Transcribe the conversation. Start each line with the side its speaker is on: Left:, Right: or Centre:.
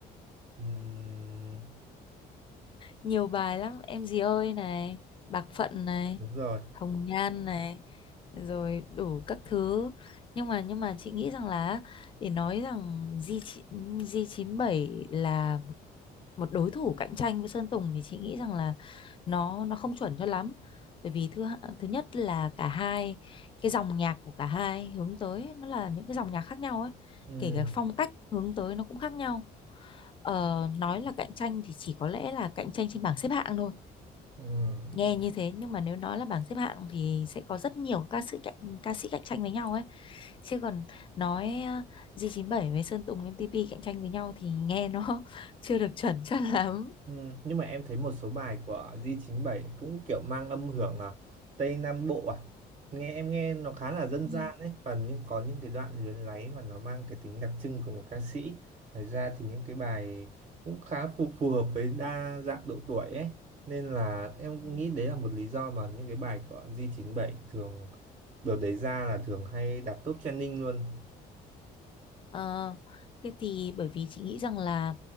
Right: Ừm,
Left: nhiều bài lắm em gì ơi này bạc phận này
Right: đúng rồi
Left: hồng nhan này rồi đủ các thứ nhưng mà nhưng mà chị nghĩ rằng là để nói rằng G g chín bảy là một đối thủ cạnh tranh với Sơn Tùng thì chị nghĩ rằng là nó nó không chuẩn cho lắm bởi vì thứ hạ- thứ nhất là cả hai cái dòng nhạc của cả hai hướng tới nó là những cái dòng nhạc khác nhau ấy
Right: Ừm,
Left: kể cả phong cách hướng tới nó cũng khác nhau Ờ, nói là cạnh tranh thì chỉ có lẽ là cạnh tranh trên bảng xếp hạng thôi
Right: ừm.
Left: nghe như thế nhưng mà nếu nói là bảng xếp hạng thì sẽ có rất nhiều ca sĩ cạnh ca sĩ cạnh tranh với nhau ấy chứ còn nói ờ, giê chín bảy với Sơn Tùng MTP cạnh tranh với nhau thì nghe nó <laughs> chưa được chuẩn chắc lắm
Right: Ừ, nhưng mà em thấy một số bài của gi chín bảy cũng kiểu mang âm hưởng à, Tây Nam Bộ à nghe em nghe nó khá là dân
Left: ừ.
Right: gian ấy và nhưng có những cái đoạn luyến láy mà nó mang cái tính đặc trưng của một ca sĩ ngoài ra thì những cái bài cũng khá phù, phù hợp với đa dạng độ tuổi ấy nên là em
Left: Ừ.
Right: nghĩ đấy là một lý do mà những cái bài của gi chín bảy thường đợt đấy ra là thường hay đạt top trending luôn
Left: Ờ, cái thì bởi vì chị nghĩ rằng là